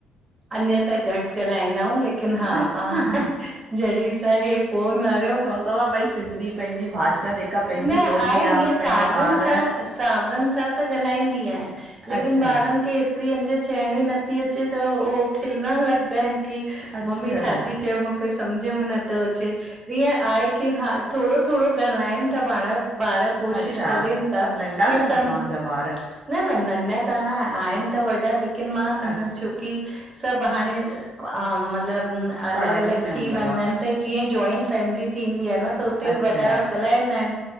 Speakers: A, on the right; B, on the right.
A: अञां त घटि ॻाल्हाईंदा आहियूं लेकिन हा,
B: अच्छा
A: हा जॾीं सां हे फोन आहियो
B: तव्हां भई सिंधी पंहिंजी भाषा जेका पंहिंजी
A: न आहे,
B: ॿोली
A: ईअं सावरनि
B: पंहिंजा ॿार
A: सां सावरनि सां त ॻाल्हाईंदी आहियां। लेकिन
B: अच्छा
A: ॿारनि खे हेतिरी अंज चइण ई नथी अचे, त हो खिलण लॻंदा आहिनि। की
B: अच्छा
A: मम्मी छा थी चए, मूंखे समझ में नथो अचे ईअं आहे की हा थोरो थोरो ॻल्हाइनि था पाण ॿार कोशिश
B: अच्छा
A: करनि था,
B: त नंढा
A: ईअं
B: अथव
A: सम
B: तव्हांजा ॿार
A: न न नंढा त न आहिनि, आहिनि त वॾा लेकिन मां
B: अच्छा
A: छोकी सभु हाणे अ मतलबु, अलॻि
B: पढ़ाईअ
A: अलॻि
B: में हूंदव
A: थी वेंदा आहिनि। त जीअं जॉइंट फैमिली थींदी आ न, त हुते
B: अच्छा
A: वॾा ॻाल्हाईंदा आहिनि।